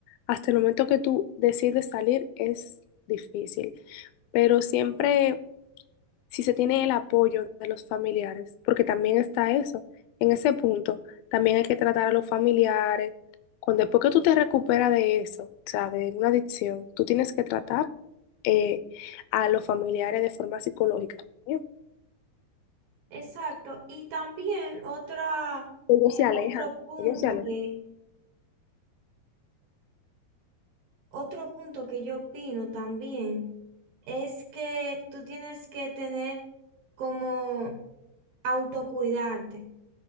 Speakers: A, on the left; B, on the right.
A: hasta el momento que tú decides salir es difícil, pero siempre si se tiene el apoyo de los familiares, porque también está eso, en ese punto también hay que tratar a los familiares. Cuando después que tú te recuperas de eso, o sea, de una adicción, tú tienes que tratar eh, a los familiares de forma psicológica. ¿sí?
B: Exacto. Y también otra...
A: Ellos se alejan,
B: Otro punto
A: ellos se alejan.
B: que, otro punto que yo opino también es que tú tienes que tener como autocuidarte.